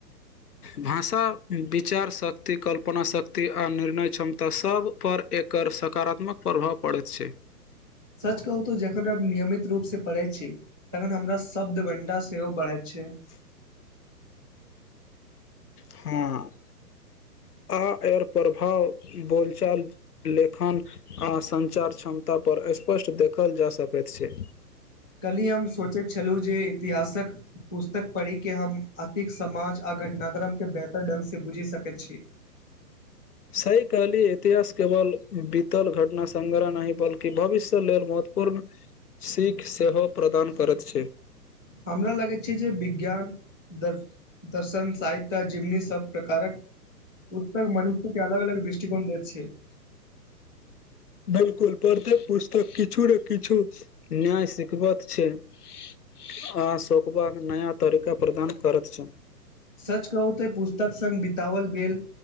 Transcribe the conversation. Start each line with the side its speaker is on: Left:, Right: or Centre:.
Left: भाषा विचार शक्ति कल्पना शक्ति आ निर्णय क्षमता सबपर एकर सकारात्मक प्रभाव पड़ैत छै
Centre: सच कहू तो जखन हमब नियमित रूप स पढ़ै छी तखन हमरा शब्द घंटा सेहो बढ़ैत छै
Left: <inaudible> हँ आ एर प्रभाव बोलचाल लेखन आ संचार क्षमता पर स्पष्ट देखल जा सकैत छै
Centre: कल्हि हम सोचैत छलहुँ जे इतिहासक पुस्तक पढ़िक के हम अतिक समाज आ घटनाक्रम के बेहतर ढंग से बुझि सकैत छी
Left: सही कहलिय इतिहास केवल बीतल घटना संग्रह नहि बल्कि भविष्यक लेल भूतपूर्व सीख सेहो प्रदान करैत छै
Centre: हमरा लगै छै जे विज्ञान दर दर्शन साहित्य आ जिमनी सब प्रकारक उत्तर मानूख के अलग अलग दृष्टिकोण दैत छै
Left: बिल्कुल प्रत्येक पुस्तक किछु न किछु नियाय सिखबत छै आ शोकबाक नया तरीका प्रदान करैत छै
Centre: सच कहू तऽ पुस्तक संग बितओल गेल